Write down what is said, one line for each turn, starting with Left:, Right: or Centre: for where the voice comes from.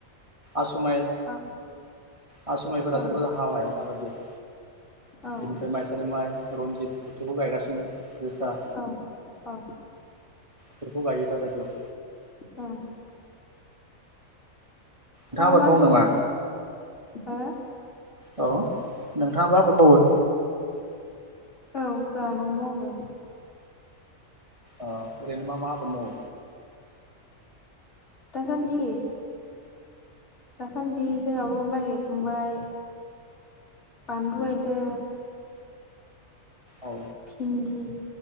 Right: आसु माइ
Left: मा
Right: हासुमायफोरा
Left: औ
Right: सोरबा हाबाय दाबायदियाव
Left: औ
Right: बिनिफ्राय माइसालि माइ रनजित बेफोरखौ गायगासिनो जोसा
Left: औ औ
Right: फोरखौ गायो दा बायदियाव
Left: औ
Right: नोंथाङा आबाद
Left: मा ओंख्रि
Right: मावो नामा?
Left: जाना हो
Right: <inaudible> औ नोंथाङाबो आबाद मावो?
Left: औ जाङा न'आव मावो
Right: अ ओरैनो मा मा आबाद मावो?
Left: दासान्दि? दासान्दि जोंहाबो माइ गायखांबाय। बानलु गायदो।
Right: औ।
Left: भिन्दि